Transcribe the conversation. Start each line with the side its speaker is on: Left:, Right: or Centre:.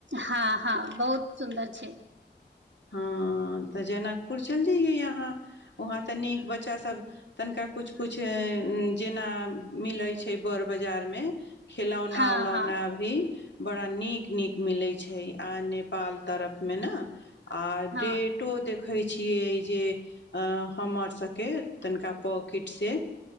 Right: हँ हँ बहुत सुन्दर छै
Left: हँ तऽ जनकपुर चइल जइयै यहाँ वहाँ तऽ नीक बच्चासभ तनिका कुछ कुछ जेना मिलै छै बड़ बाजारमे खिलौना
Right: हँ
Left: उलौना
Right: हँ
Left: भी बड़ा नीक नीक मिलै छै आ नेपाल तरफमें न आ
Right: हँ
Left: डेटो देख दखै छियै जे हमर सभके तनिका पॉकेटसँ